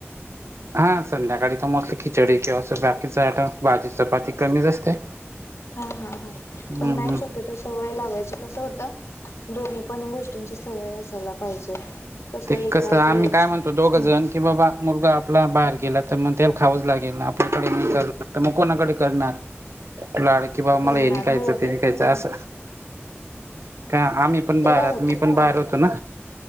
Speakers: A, on the right (about 70°); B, on the left (about 85°).
A: हा संध्याकाळी तर मस्त खिचडी किंवा अस बाकीच आयटम भाजी चपाती कमीच असते.
B: हा हा हा
A: हम्म
B: पण नाही
A: हम्
B: शक्यतो सवय लावायची कसं होतं. दोन्ही पण गोष्टींची सवय असायला पाहिजे. कसं
A: ते
B: एखाद
A: कस आम्ही
B: वेळेस
A: काय म्हणतो
B: हम्म
A: दोघ जन. की बाबा मुलगा आपला बाहेर गेला तर मग त्याला खावंच लागेल ना आपल्याकडे नाही कर तर मग कोणाकडे करणार. लाड की बाबा
B: करणार
A: मला हेनी खायच
B: हो
A: ते नाही खायच
B: पण
A: अस.
B: आहे
A: का आम्ही पण
B: ते
A: बाहेर
B: काय
A: आता
B: होतं
A: मी पण बाहेर होतो ना.